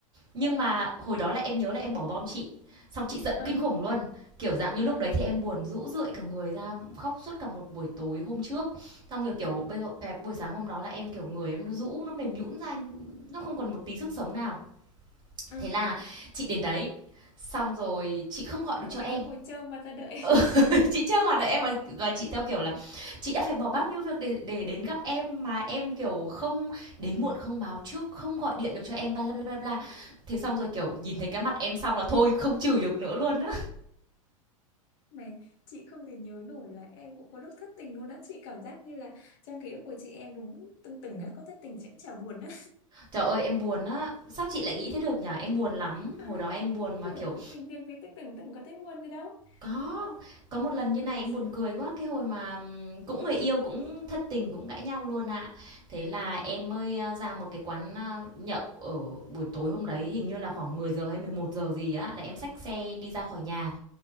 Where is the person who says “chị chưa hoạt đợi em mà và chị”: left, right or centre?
Right